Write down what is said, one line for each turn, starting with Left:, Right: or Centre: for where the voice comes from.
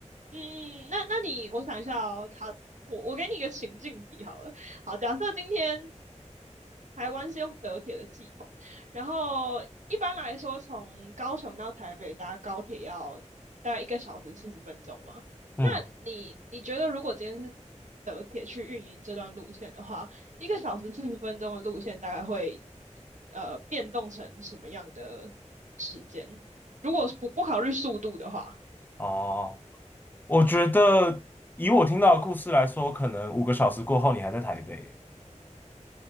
Right: 嗯，那那你，我想一下哦，好，我我给你一个情境题好了。好，假设今天台湾是用德铁的系统，然后一般来说从高雄到台北搭高铁要大概一个小时四十分钟嘛。
Left: 嗯，
Right: 那你你觉得如果今天是德铁去运营这段路线的话，一个小时四十分钟的路线大概会呃变动成什么样的时间？如果不不考虑速度的话。
Left: 哦，我觉得以我听到的故事来说，可能五个小时过后你还在台北。